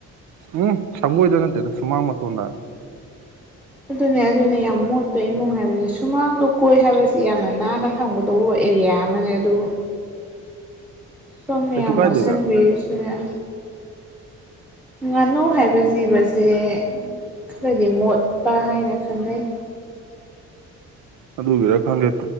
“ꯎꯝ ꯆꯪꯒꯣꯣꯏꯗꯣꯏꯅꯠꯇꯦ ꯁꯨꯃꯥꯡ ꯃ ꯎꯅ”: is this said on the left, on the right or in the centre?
Right